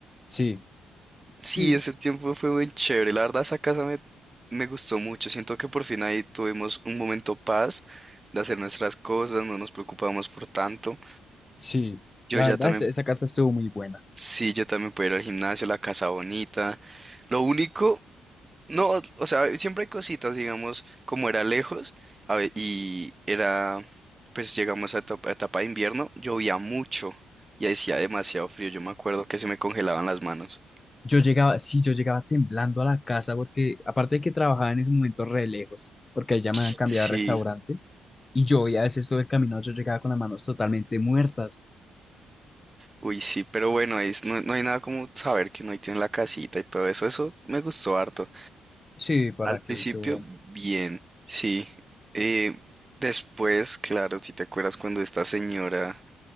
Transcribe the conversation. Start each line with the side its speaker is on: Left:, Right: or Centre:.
Left: sí,
Right: Sí,
Left: sí,
Right: ese tiempo fue muy chévere. La verdad, esa casa me, me gustó mucho. Siento que por fin ahí tuvimos un momento paz de hacer nuestras cosas, no nos preocupábamos por tanto.
Left: sí.
Right: Yo
Left: La
Right: ya
Left: verdad,
Right: también,
Left: esa esa casa estuvo muy buena.
Right: sí, yo también pude ir al gimnasio, la casa bonita. Lo único No, o sea, siempre hay cositas, digamos, como era lejos, a ve- y era, pues llegamos a etapa, etapa de invierno, llovía mucho y hacía demasiado frío, yo me acuerdo que se me congelaban las manos.
Left: Yo llegaba, sí, yo llegaba temblando a la casa porque aparte de que trabajaba en ese momento re lejos, porque ahí ya me habían
Right: Sí,
Left: cambiado de restaurante y yo ya a veces todo el camino yo llegaba con las manos totalmente muertas.
Right: uy, sí, pero bueno, es- no, no hay nada como saber que uno ahí tiene la casita y todo eso, eso me gustó harto.
Left: Sí, para
Right: Al
Left: que
Right: principio,
Left: eso, bueno.
Right: bien, sí. eh, después, claro, si te acuerdas cuando esta señora